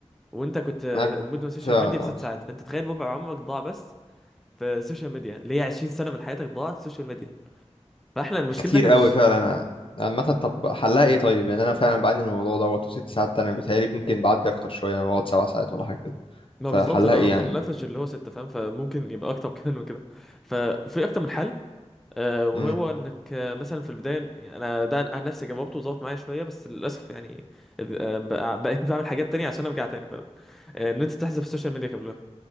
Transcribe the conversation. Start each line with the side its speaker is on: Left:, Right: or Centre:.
Centre: وانت كنت آه،
Left: معاك
Centre: مدمن سوشيال
Left: فعلا
Centre: ميديا
Left: اه
Centre: في 6 ساعات فانت تخيل ربع عمرك ضاع بس في السوشيال ميديا اللي هي 20 سنه من حياتك ضاعت سوشيال ميديا فاحنا المشكله
Left: كتير
Centre: ان احنا مش
Left: أوي فعلا عامة طب حلها ايه طيب يعني انا فعلا بعاني من الموضوع دوت وست ساعات انا بيتهيألي ممكن بعدي اكتر شوية انا بقعد سبع ساعات ولا حاجة كده
Centre: ما
Left: فحلها
Centre: بالظبط انا
Left: ايه
Centre: اصلا
Left: يعني
Centre: الافرج اللي هو 6 فاهم فممكن يبقى اكتر <laughs> كمان من كده ففي اكتر من حل آه، وهو
Left: امم
Centre: انك آه، مثلا في البدايه يعني انا ده عن نفسي جاوبته وظبط معايا شويه بس للاسف يعني آه، بقى- <laughs> بقيت بعمل حاجات تانية عشان ارجع تاني فاهم آه، ان انت تحذف السوشيال ميديا كلها